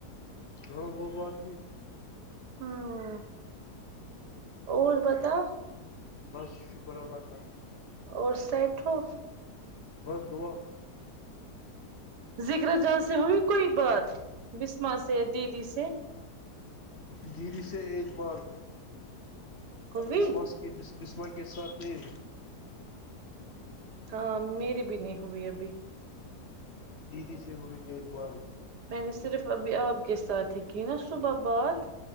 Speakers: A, on the left; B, on the right.
A: ہاں وہ بات بھی
B: ہوں اور پتا
A: بس شکر اللہ تالی
B: اور سیٹ ہو
A: بس دوعا
B: ذکرا جاں سے ہوئی کوئی بات بسما سے دیدی سے
A: دیری سے ایک بار
B: ہوئی
A: کسمس بسما کے ساتھ نہیں ہے
B: ہاں میری بھی نہیں ہوئی ابھی
A: دیدی سے ہوئے ایک بار
B: میں نے صرف ابھی آپ کے ساتھ ہی کی نا صبح بات